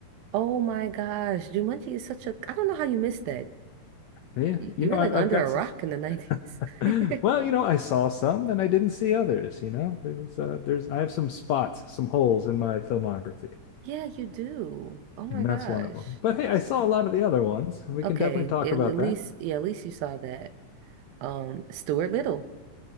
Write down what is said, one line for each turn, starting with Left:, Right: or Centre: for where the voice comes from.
Right: Oh my gosh. Jumanji is such a, I don't know how you missed that.
Left: Yeah,
Right: You,
Left: you
Right: you
Left: know,
Right: were
Left: I've,
Right: like under
Left: I've got
Right: a
Left: some
Right: rock in the 90s.
Left: <laughs>
Right: <laughs>
Left: Well, you know, I saw some and I didn't see others, you know. There was uh there's I have some spots, some holes in my filmography.
Right: Yeah, you do. Oh my
Left: And
Right: gosh.
Left: that's one of them. But hey, I saw a lot of the other ones, and we
Right: Okay.
Left: can definitely
Right: At,
Left: talk
Right: at
Left: about
Right: least,
Left: that.
Right: yeah, at least you saw that. Um, Stuart Little.